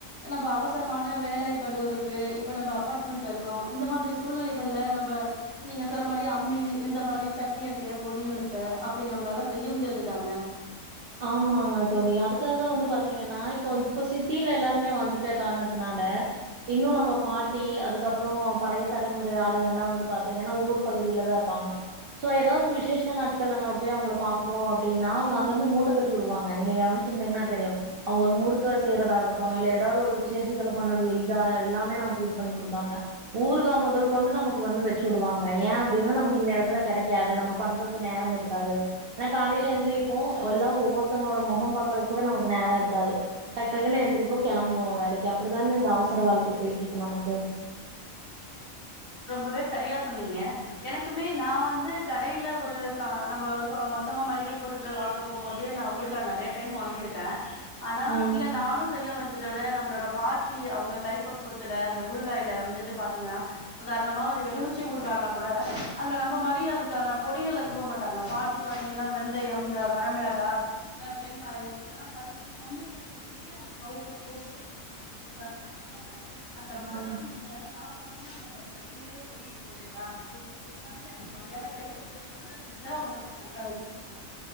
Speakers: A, on the left; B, on the right.
A: நம்ப அவசரமான வேலை பலு இருக்கு இப்ப நம்ம அப்பார்ட்மெண்ட்ல இருக்கோ இந்த மாரி சூழ்நிலைகள்ல நம்ப நீங்க சொன்ன மாரி அம்மி இந்த மாரி சட்னி அரைக்க, பொடி நுணுக்க அப்படி நம்பலால செய்ய முடியாதுதான.
B: ஆமாங்க தோழி அதுக்காக வந்து பாத்தீங்கன்னா இப்போ இப்ப சிட்டியில எல்லாருமே வந்துட்ட காரணத்தினால இன்னு நம்ம பாட்டி அதுக்கப்புறோ பழைய தலைமுறை ஆளுங்கெல்லா வந்து பாத்தீங்கன்னா ஊர் பகுதியிலதா இருப்பாங்க சோ எதாவது விசேஷ நாட்கள்ல நாம போய் அவுங்கள பாக்குறோ அப்படின்னா அவுங்க அங்கிருந்து மூனு கட்டி விடுவாங்க நீங்க கவனிச்சிருந்தீங்கன்னா தெரியு. அவுங்க ஒரு முறுக்க செய்யறதாகட்டு இல்ல எதாவது ஒரு விசேஷத்துல பண்ண இதா எல்லாமே நமக்கு இது பண்ணி குடுப்பாங்க. ஊறுகா முதல் கொண்டு நமக்கு வந்து வெச்சு விடுவாங்க ஏ அப்படின்னா நமக்கு இந்த எடத்துல கெடைக்காது நம்ம பண்றதுக்கு நேரம் இருக்காது ஏன்னா காலையில எந்திரிப்போ. ல்லா ஒவ்வொரு மத்தவங்களோட முகோம் பாக்குறதுக்கு கூட நமக்கு நேரோ இருக்காது டக்டக்ன்னு எந்திரிப்போ. கெளம்புவோ வேலைக்கு அப்படிதான இந்த அவசர வாழ்க்கை போயிட்டு இருக்கு நமக்கு
A: ரொம்பவே சரியா சொன்னிங்க எனக்குமே நா வந்து கடைல ஒரு ச நம்ப ஒரு இப்ப மொத்தமா மளிகை பொருட்கள் வாங்க போம் போது நா ஊறுகா நறையா டைம் வாங்கிருக்க ஆனா
B: ம்
A: இல்ல நானு செய்ய முஞ்சத விட நம்ளோட பாட்டி அவுங்க கைப்பக்குவத்துல அந்த ஊறுகாய்ல வந்துட்டு பாத்திங்கனா உதாரணமா ஒரு எலுமிச்சை ஊறுகானா கூட அதுல நம்ம மாரி அதுக்கான பொடிகள தூவ மாட்டாங்க பாட்டி பாத்திங்கனா வெந்தயம் இந்த வரமிளகா பெருங்காயம் இதலா வதக்கி அம்மில நுனுக்கி அந்த பவுடர போட்டு நமக்கு ஊறுகா செஞ்சு குடுப்பாங்க அந்த மணம்
B: ம்
A: நீங்க சாப் சொழையா நம்பறே கையிலயே ஒட்டியிருக்கு இல்லையா நீங்க சொல்ற மாதிரி அந்த மாதிரியான கைப்பக்குவத்தோட செஞ்சா உணவு நன்றாகதா இருக்கு